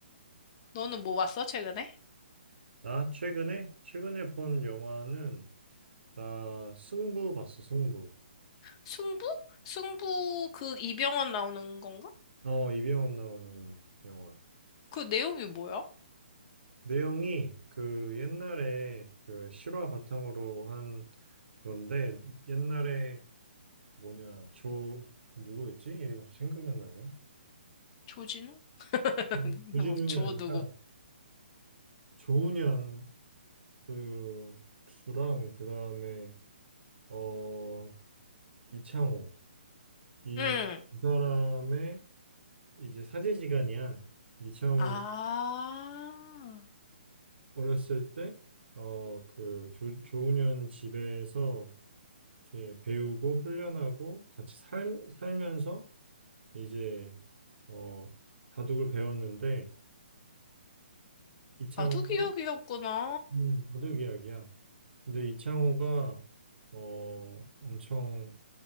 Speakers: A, on the left; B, on the right.
A: 너는 뭐 봤어, 최근에?
B: 나 최근에 최근에 본 영화는 나 승부 봤어 승부.
A: 승부? 승부 그 이병헌 나오는 건가?
B: 어, 이병헌 나오는 영화.
A: 그 내용이 뭐야?
B: 내용이 그 옛날에 그 실화 바탕으로 한 건데 옛날에 뭐냐 조 누구였지? 이리이갑 생각이 안 나냐?
A: 조진우? <laughs>
B: 음. 조진웅이
A: 누구? 조
B: 아니라
A: 누구?
B: 조훈현 그 국수랑 그 다음에 어 이창호 이
A: 응.
B: 두 사람의 이제 사제지간이야. 이창호가
A: 아,
B: 어렸을 때 어 그 조훈현 집에서 이렇게 배우고 훈련하고 같이 살, 살면서 이제 어, 바둑을 배웠는데 이창호가
A: 바둑이야기였구나.
B: 음, 바둑 이야기야. 근데 이창호가 어, 엄청